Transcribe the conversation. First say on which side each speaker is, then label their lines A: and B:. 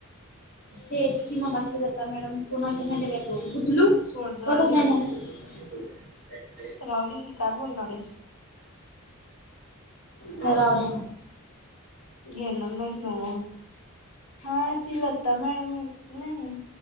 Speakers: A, on the left; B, on the left.
A: तेच की मगाशी लता मॅडम. कोणाचा माहिती का तो, उचलू
B: सोड जाऊ
A: कट होत
B: दे
A: नाय नव्हा,
B: राहुदे की काय बोलणार आहेस.
A: तर राहूदे मग
B: घेणार नाहीस नव. हा ती लता मॅडम नाही